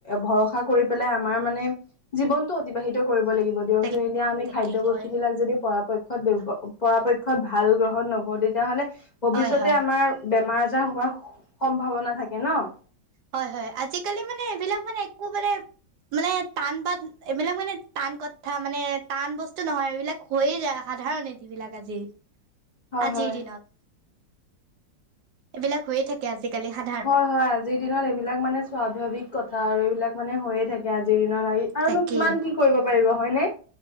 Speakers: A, on the left; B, on the right.
A: ভৰসা কৰি পেলাই আমাৰ মানে জীৱনটো অতিবাহিত কৰিব লাগিব। দিয়ক
B: তাকে
A: যদি এতিয়া আমি
B: তাকেই
A: খাদ্য
B: হয়
A: বস্তুবিলাক যদি পৰাপক্ষত ব্যব পৰাপক্ষত ভাল গ্ৰহণ নকৰোঁ, তেতিয়াহ'লে ভৱিষ্যতে
B: হয় হয়
A: আমাৰ বেমাৰ আজাৰ হোৱাৰ সম্ভাৱনা থাকে ন'।
B: হয় হয়, আজিকালি মানে এইবিলাক মানে একো মানে মানে টান বাত এইবিলাক মানে টান কথা মানে টান বস্তু নহয়। এইবিলাক হৈয়ে যায়, সাধাৰণ <unintelligible> বিলাক আজি।
A: হয়
B: আজিৰ
A: হয়
B: দিনত। এইবিলাক হৈয়ে থাকে আজিকালি সাধাৰ
A: হয় হয়, আজিৰ দিনত এইবিলাক মানে স্বভাৱিক কথা, আৰু এইবিলাক মানে হৈয়ে থাক আজিৰ দিনত লাগি, আৰুনো
B: তাকেই
A: কিমান কি কৰিব পাৰিব হয়নে?